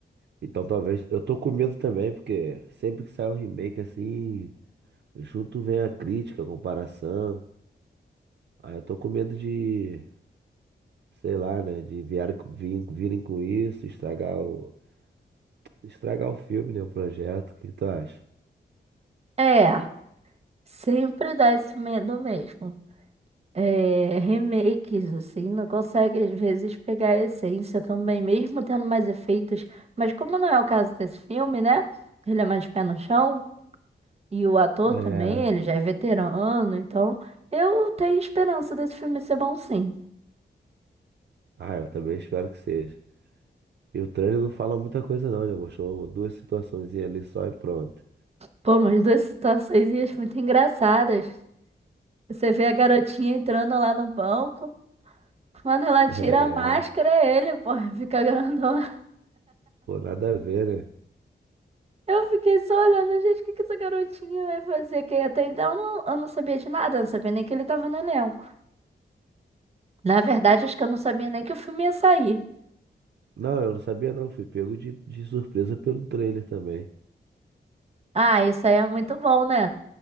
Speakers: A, on the right; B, on the right.
A: Então talvez. Eu tô com medo também, porque sempre que sai um remake assim. Junto vem a crítica, a comparação. Aí eu tô com medo de, sei lá, né? De vier, vir, virem com isso, estragar o, estragar o filme, né? O projeto. O que tu acha?
B: É, sempre dá esse medo mesmo. é, remakes, assim, não consegue às vezes pegar a essência também, mesmo tendo mais efeitos. Mas como não é o caso desse filme, né? Ele é mais pé no chão, e o ator
A: É.
B: também, ele já é veterano, então eu tenho esperança desse filme ser bom sim.
A: Ah, eu também espero que seja. E o trailer não fala muita coisa não, né? Mostrou duas situações ali só e pronto.
B: Pô, mas duas situações e acho muito engraçadas. Você vê a garotinha entrando lá no banco, quando ela tira
A: É.
B: a máscara, é ele, pô, <laughs> fica grandão.
A: Pô, nada a ver, né?
B: Eu fiquei só olhando, gente, o que que essa garotinha vai fazer? Que até então eu não, eu não sabia de nada, eu não sabia nem que ele tava no elenco. Na verdade, acho que eu não sabia nem que o filme ia sair.
A: Não, eu não sabia não. Fui pego de, de surpresa pelo trailer também.
B: Ah, isso aí é muito bom, né?